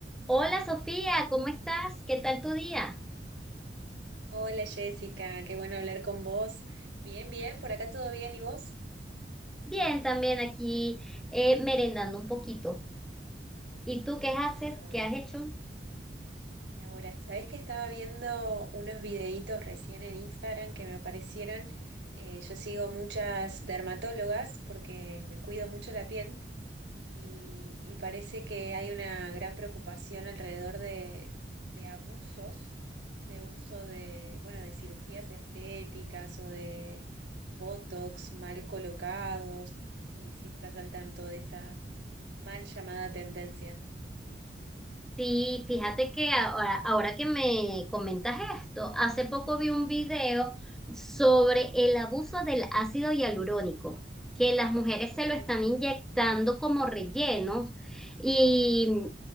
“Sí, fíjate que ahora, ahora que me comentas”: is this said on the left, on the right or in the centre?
Centre